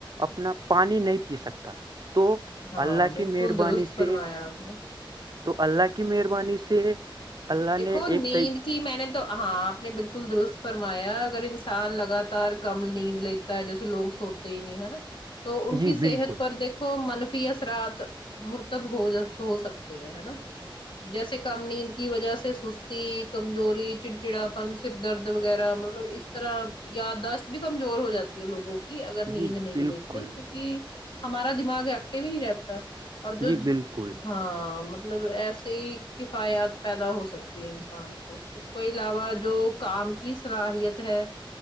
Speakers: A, on the right; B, on the left.
A: اپنا پانی نہیں پی سکتا تو
B: ہاں
A: اللہ
B: بالکل
A: کی مہربانی
B: درست فرمایا
A: سے
B: آپ نے
A: تو اللہ کی مہربانی سے اللہ
B: دیکھو
A: نے ایک
B: نیند
A: طی...
B: کی میں نے تو ہاں آپ نے بالکل درست فرمایا اگر انسان لگاتار کم نیند لے تا ہے جیسے لوگ سوتے ہی نہیں ہے نا تو ان
A: جی
B: کی صحت
A: بالکل
B: پر دیکھو کو منفی اثرات مرتب ہو ہو سکتے ہیں نا جیسے کم نیند کی وجہ سے سستی کمزوری چڑ چڑاپن سر درد وغیرہ مطلب اس طرح یاداشت بھی کمزور ہو جاتی ہے لوگوں کی اگر
A: جی
B: نیند نہیں
A: بالکل
B: لیتے کیو کی ہمارا دماغ ایکٹو ہی نہیں رہتا اور جو
A: جی بالکل
B: ہاں مطلب ایسے ہی کفایات پیدا ہو سکت تی انسان کو اس کو علاوہ جو کام کی صلاحیت ہے